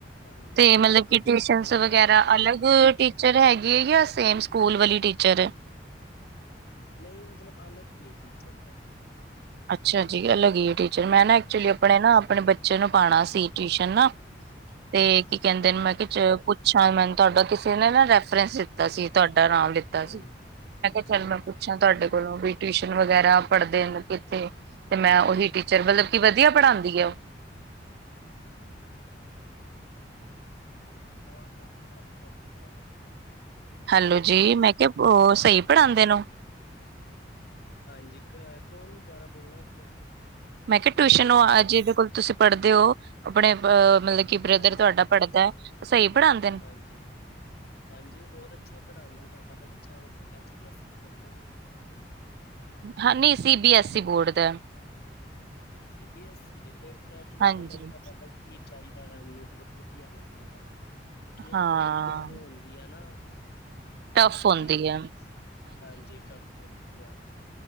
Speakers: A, on the left; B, on the right.
A: ਹਾਂਜੀ
B: ਤੇ ਮਤਲਬ ਕਿ ਟਿਊਸ਼ਨਸ
A: ਤਾਂ
B: ਵਗੈਰਾ
A: ਉਹ ਟਿਊਸ਼ਨ
B: ਅਲਗ
A: ਤੇ
B: ਟੀਚਰ ਹੈਗੀ ਜਾਂ ਸੇਮ ਸਕੂਲ ਵਾਲੀ ਟੀਚਰ ਹੈ
A: ਨਹੀਂ ਮਤਲਬ ਅਲੱਗ ਹੀ ਏ ਟੀਚਰ ਤਾਂ।
B: ਅੱਛਾ ਜੀ ਅਲੱਗ ਈ ਏ ਟੀਚਰ, ਮੈਂ ਨਾ ਐਕਚੁਲੀ ਆਪਣੇ ਨਾ ਆਪਣੇ ਬੱਚੇ ਨੂੰ ਪਾਣਾ ਸੀ। ਟਵੀਸ਼ਨ ਨਾ, ਤੇ ਕੀ ਕੇਂਦੇ
A: ਹਾਂਜੀ,
B: ਨੇ ਮੈਂ ਕੇਆ ਚ ਪੁੱਛਾਂ ਮੈਨੂੰ ਤੁਹਾਡਾ, ਤਿਸੀਂ ਨੇ ਨਾ ਰੈਫਰੈਂਸ ਦਿੱਤਾ ਸੀ, ਤਾਡਾ ਨਾਮ ਲਿਤਾ
A: ਹਾਂਜੀ,
B: ਸੀ। ਮੈਂ ਕੇਆ ਚੱਲ ਮੈਂ ਪੁੱਛਾਂ ਤਾਹਡੇ ਕੋਲੋਂ ਵੀ ਟਵੀਸ਼ਨ ਵਗੈਰਾ ਪੜ੍ਹਦੇ ਨੇ ਕਿੱਥੇ? ਤੇ ਮੈਂ ਓਹੀ ਟੀਚਰ ਮਤਲਬ ਕਿ ਵਧੀਆ
A: ਹਾਂਜੀ।
B: ਪੜਾਂਦੀ ਏ ਉਹ?
A: ਅੱਛਾ ਜੀ, ਅਵਾਜ਼ ਕੱਟ ਕੇ ਆ ਰਈ ਤੁਹਾਡੀ ਫੇਰ।
B: ਹੈਲੋ ਜੀ ਮੈਂ ਕੇਆ ਉਹ ਸਈ ਪੜ੍ਹਾਨਦੇ ਨੂੰ
A: ਹਾਂਜੀ ਕ ਕੌਣ? ਦੁਆਰਾ ਬੋਲਣਾ ਏਕ ਮਿੰਟ।
B: ਮੈਂ ਕੇਆ ਟਿਊਸ਼ਨ ਉਹ ਆਹ ਜਿਹਦੇ ਕੋਲ ਤੁਸੀਂ ਪੜ੍ਹਦੇ ਔ, ਆਪਣੇ ਅ ਮਤਲਬ ਕਿ ਬ੍ਰਦਰ
A: ਹਾਂਜੀ,
B: ਤੁਆਡਾ ਪੜ੍ਹਦਾ ਏ, ਸਈ ਪੜ੍ਹਾਨਦੇ
A: ਹਾਂਜੀ, ਹਾਂਜੀ ਏਹ ਬੌਹਤ ਅੱਛਾ ਪੜ੍ਹਾਨਦੇ ਨੇ, ਤੁਆਡਾ ਬੱਚਾ ਮਤਲਬ H B S C board ਦਾ ਏ?
B: ਹਾਂ ਨੀ C B S E board ਦਾ ਏ।
A: ਸੀ ਬੀ ਐਸ ਈ ਏ ਫੇਰ ਤਾਂ ਟੂਊਸ਼ਨ
B: ਹਾਂਜੀ
A: ਮਤਲਬ ਅਲਗ ਕੀ ਚਾਈਦਾ ਹੈ ਉਹਨੂੰ ਬੋਹਤ ਵਧੀਆ ਆਲਾ ਚਾਹੀਦਾ ਹੈ। ਕਿਉਂਕਿ ਏਹ
B: ਹਾਂ
A: ਬੋਰਡ ਥੋੜੀ ਔ ਹੁਣ ਤੀ ਏ ਨਾ
B: ਟਫ
A: ਓਖੀ
B: ਹੁੰਦੀ
A: ਜੀ,
B: ਹੈ
A: ਹਾਂਜੀ ਟਫ ਹੁੰਦੀ ਆ।